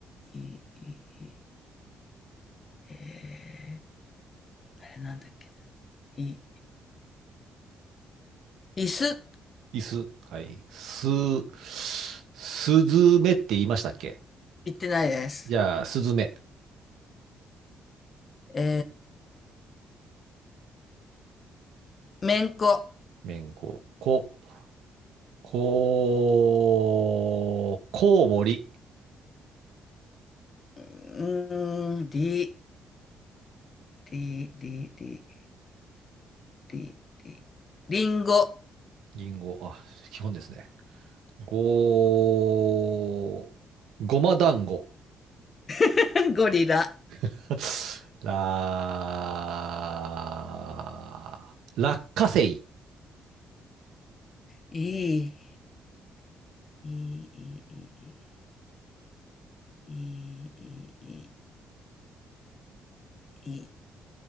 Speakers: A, on the left; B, on the right.
A: い、い、えー、あれなんだっけな、い、椅子、
B: 椅子、はい、す、すずめって言いましたっけ
A: 言ってないです。
B: じゃあ、すずめ、
A: えー、めんこ。
B: めんこ、こ、こ、こうもり、
A: うん、り、り、り、り、り、り、りんご、
B: りんご、あ、基本ですね。ご、ごま団子、
A: <laughs> ゴリラ、
B: <laughs> ら、落花生、
A: いい、いい、いい、いい、いい、いい、いい、